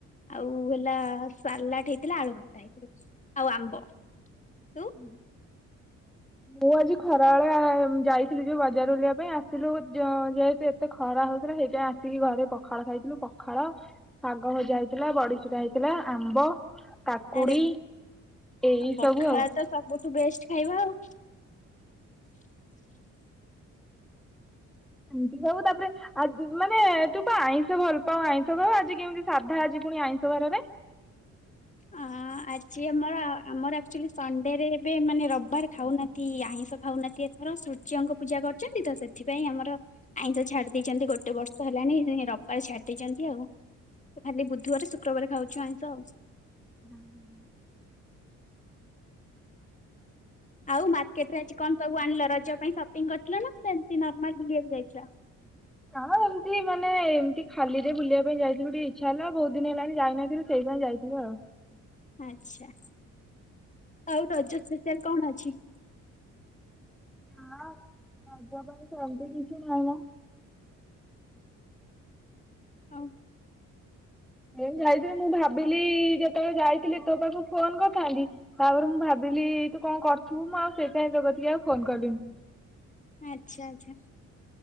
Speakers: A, on the left; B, in the centre.
A: ଆଉ ହେଲା ସାଲାଡ ହେଇଥିଲା ଆଳୁ ଭର୍ତା ହେଇଥିଲା ଆଉ ଆମ୍ବ ତୁ
B: ହୁଁ। ମୁଁ ଆଜି ଖରା ବେଳେ ଯାଇଥିଲି ଯୋଉ ବଜାର ବୁଲିବା ପାଇଁ ଆସିଲୁ ଯେହେତୁ ଏତେ ଖରା ହଉଥିଲା ସେଇଥିପାଇଁ ଆସିକି ଘରେ ପଖାଳ ଖାଇଥିଲୁ ପଖାଳ ଶାଗ ଭଜା ହେଇଥିଲା ବଡିଚୁରା ହେଇଥିଲା ଆମ୍ବ କାକୁଡି
A: ଆରେ
B: ଏଇ
A: ପଖାଳ
B: ସବୁ ଆଉ
A: ତ ସବୁଠୁ ବେଷ୍ଟ ଖାଇବା ଆଉ <inaudible>
B: ଇନ୍ତି ସବୁ ତାପରେ ଆ ମାନେ ତୁ ପା ଆଇଁଷ ଭଲ ପାଉ ଆଇଁଷ ଘର ଆଜି କେମିତି ସାଧା ଆଜି ପୁଣି ଆଇଁଷ ବାରରେ?
A: ଅ ଆଜି ଆମର ଆମର ଆକ୍ଚୁଆଲି ସଣ୍ଡେ ରେ ଏବେ ମାନେ ରବିବାର ଖାଉନାହାନ୍ତି ଆଇଁଷ ଖାଉନାହାନ୍ତି ଏଥର ସୂର୍ଯ୍ୟଙ୍କ ପୂଜା କରୁଛନ୍ତି ତ ସେଥିପାଇଁ ଆମର ଆଇଁଷ ଛାଡି ଦେଇେଇଛନ୍ତି ଗୋଟେ ବର୍ଷ ହେଲାଣି ରବିବାର ଛାଡି ଦେଇଛନ୍ତି ଆଉ ଖାଲି ବୁଧବାର ରେ ଶୁକ୍ରବାର ଖାଉଛୁ ଆଇଁଷ ଆଉ
B: ହଁ <inaudible>
A: ଆଉ ମାର୍କେଟ ରେ ଆଜି କଣ ସବୁ ଆଣିଲ ରଜ ପାଇଁ ସପିଙ୍ଗ କରିଥିଲ ନା ସେମିତି ନର୍ମାଲ ବୁଲିବାକୁ ଯାଇଥିଲା?
B: ହଁ ଏମିତି ମାନେ ଏମିତି ଖାଲି ରେ ବୁଲିବା ପାଇଁ ଯାଇଥିଲୁ ଟିକେ ଇଚ୍ଛା ହେଲା ବହୁତ ଦିନ ହେଲାଣି ଯାଇନଥିଲୁ ସେଇପାଇ ଯାଇଥିଲି ଆଉ।
A: ଆଛା ଆଉ ରଜ ସ୍ପେଶାଆଲ କଣ ଅଛି?
B: ହଁ ରଜ ପାଇଁ ସେମିତି କିଛି ନାହିଁମ?
A: ଆଉ?
B: ଏ ଯାଇଥିଲ ମୁଁ ଭାବିଲି ଯେତେବେଳେ ଯାଇଥିଲି ତୋ ପାଖକୁ ଫୋନ କରିଥାନ୍ତି ତାପରେ ମୁଁ ଭାବିଲି ତୁ କଣ କରିଥିବୁ ମୁଁ ଆଉ ସେଇଥିପାଇ <inaudible> ଆଉ ଫୋନ କଲିନି।
A: ଆଚ୍ଛା।